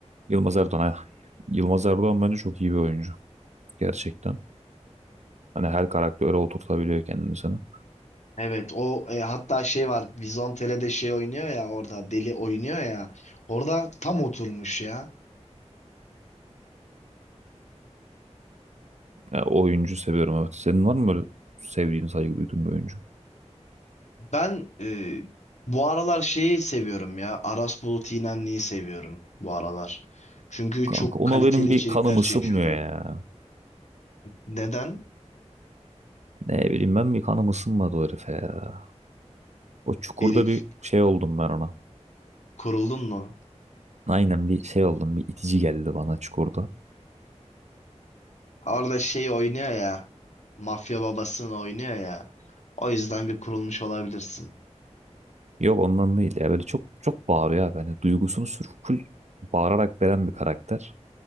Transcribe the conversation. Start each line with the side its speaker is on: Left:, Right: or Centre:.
Right: Yılmaz Erdoğan. ha. Yılmaz Erdoğan bence çok iyi bir oyuncu gerçekten. Hani her karaktere oturtabiliyor kendini sana.
Left: Evet, o e, hatta şey var. Vizontele'de şey oynuyor ya orada deli oynuyor ya. Orada tam oturmuş ya.
Right: Ya, o oyuncu seviyorum evet. Senin var mı böyle sevdiğin, saygı duyduğun bir oyuncu?
Left: Ben e, bu aralar şeyi seviyorum ya. Aras Bulut İynemli'yi seviyorum bu aralar. Çünkü
Right: Kanka
Left: çok
Right: ona
Left: kaliteli
Right: benim
Left: içerikler
Right: bir kanım
Left: çekiyordu.
Right: ısınmıyor ya.
Left: Neden?
Right: Ne bileyim ben bir kanım ısınmadı o herife ya. O çukurda
Left: Herif.
Right: bir şey oldum ben ona.
Left: Kuruldun mu?
Right: Aynen bir şey oldum bir itici geldi bana çukurda.
Left: Orada şey oynuyor ya. Mafya babasını oynuyor ya. O yüzden bir kurulmuş olabilirsin.
Right: Yok ondan değil ya böyle çok çok bağırıyor abi. Hani duygusunu sırf full bağırarak veren bir karakter.